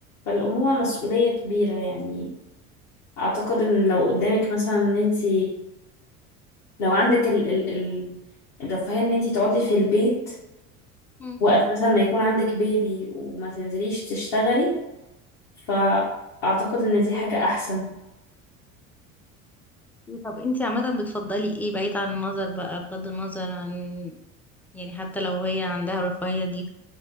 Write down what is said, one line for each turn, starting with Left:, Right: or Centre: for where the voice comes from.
Left: فالأمومة مسؤولية
Centre: أكيد.
Left: كبيرة يعني أعتقد إن لو قدامك مثلا إن أنت لو عندك ال ال ال الرفاهية ان انتي تقعدي في البيت
Centre: مم.
Left: وقت مثلا ما يكون عندك بيبي وما تنزليش تشتغلي فأعتقد ان دي حاجة احسن
Centre: طب انتي عامه بتفضلي ايه بعيد عن النظر بقى بغض النظر عن يعني حتى لو هي عندها الرفاهيه دي